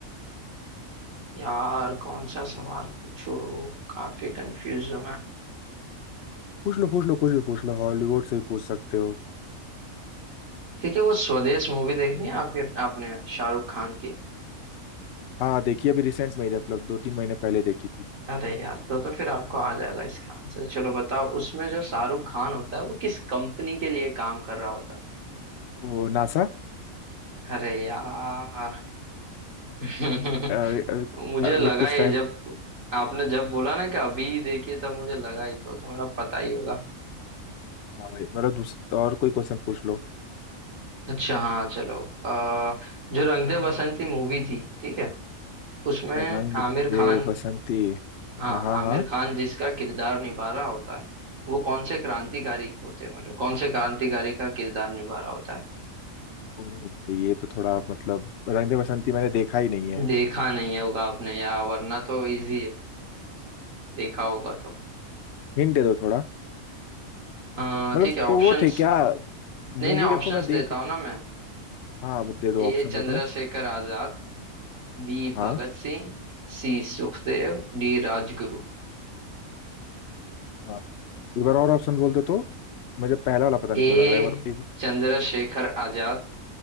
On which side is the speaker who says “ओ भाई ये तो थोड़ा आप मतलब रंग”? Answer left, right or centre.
Left